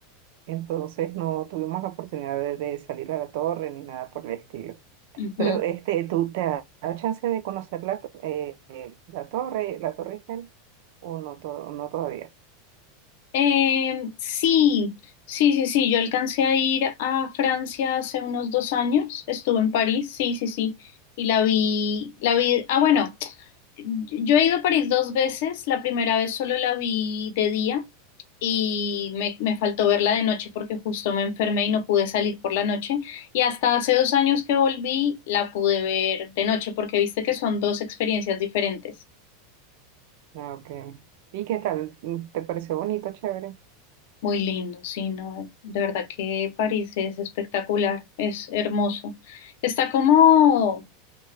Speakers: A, on the right; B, on the left.
A: Entonces no tuvimos la oportunidad de, de salir a la torre ni nada por el estilo.
B: Ujú.
A: Pero este, ¿tú te has dado chance de conocer la, to- eh, eh, la torre, la Torre Eiffel o no, to- no todavía?
B: Eh, sí, sí, sí, sí, yo alcancé a ir a Francia hace unos dos años, estuve en París, sí, sí, sí, y la vi, la vi, ah, bueno, yo he ido a París dos veces, la primera vez solo la vi de día y me, me faltó verla de noche porque justo me enfermé y no pude salir por la noche, y hasta hace dos años que volví la pude ver de noche porque viste que son dos experiencias diferentes.
A: Ah, Okay. ¿Y qué tal? ¿Te pareció bonito, chévere?
B: Muy lindo, sí, no, de verdad que París es espectacular, es hermoso. Está como,